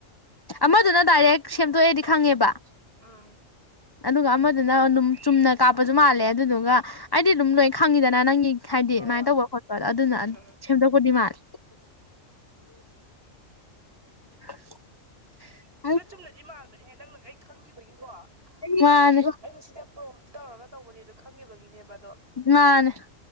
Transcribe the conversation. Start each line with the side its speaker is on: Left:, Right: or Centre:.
Left: ꯑꯃꯗꯨꯅ ꯗꯥꯏꯔꯦꯛ ꯁꯦꯝꯗꯣꯛꯑꯦꯗꯤ ꯈꯪꯉꯦꯕ
Right: ꯎꯝ
Left: ꯑꯗꯨꯒ ꯑꯃꯗꯨꯅ ꯑꯗꯨꯝ ꯆꯨꯝꯅ ꯀꯥꯞꯄꯁꯨ ꯃꯥꯜꯂꯦ ꯑꯗꯨꯗꯨꯒ ꯑꯩꯗꯤ ꯑꯗꯨꯝ ꯂꯣꯏ ꯈꯪꯉꯤꯗꯅ ꯅꯪꯒꯤ ꯍꯥꯏꯗꯤ
Right: ꯍꯣꯏ
Left: ꯑꯗꯨꯃꯥꯏꯅ
Right: ꯍꯣꯏ ꯍꯣꯏ
Left: ꯇꯧꯕ ꯈꯣꯠꯄꯗ ꯑꯗꯨꯅ
Right: ꯎꯝ ꯎꯝ
Left: ꯁꯦꯝꯗꯣꯛꯄꯗꯤ ꯃꯥꯂꯦ <unintelligible>
Right: ꯗꫭ ꯆꯨꯝꯅꯗꯤ ꯃꯥꯟꯕꯅꯦꯍ ꯅꯪꯅꯪ ꯑꯩ ꯈꯪꯈꯤꯕꯒꯤꯀꯣ
Left: ꯃꯥꯅꯦ
Right: ꯍꯥꯏꯗꯤ ꯑꯩꯅ ꯁꯤꯗ ꯄ꯭ꯔꯣꯝ ꯇꯧꯔꯒ ꯇꯧꯕꯅꯦꯗꯣ ꯈꯪꯈꯤꯕꯒꯤꯅꯦꯕ ꯑꯗꯣ
Left: ꯃꯥꯅꯦ